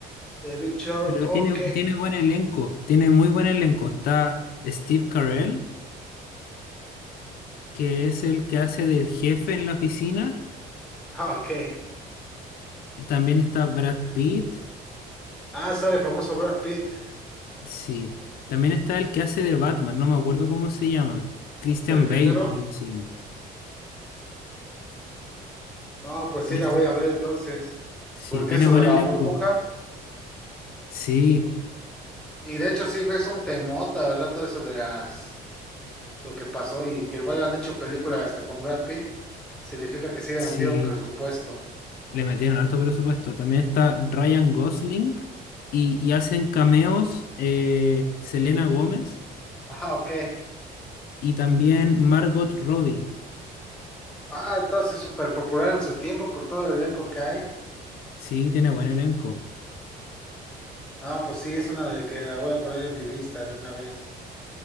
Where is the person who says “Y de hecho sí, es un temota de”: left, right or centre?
Centre